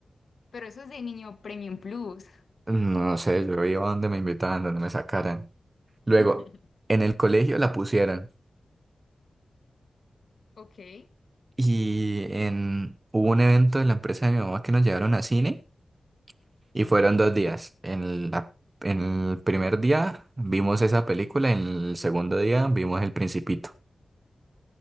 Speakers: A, on the left (about 65°); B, on the right (about 35°).
A: pero eso es de niño Premium Plus.
B: No sé, yo iba donde me invitaban, donde me sacaran. Luego,
A: <laughs>
B: en el colegio la pusieron.
A: Ok.
B: Y en... hubo un evento de la empresa de mi mamá que nos llevaron a cine y
A: Sí,
B: fueron
A: sí.
B: dos días. En la... en el primer día vimos esa película, en el segundo día vimos El Principito.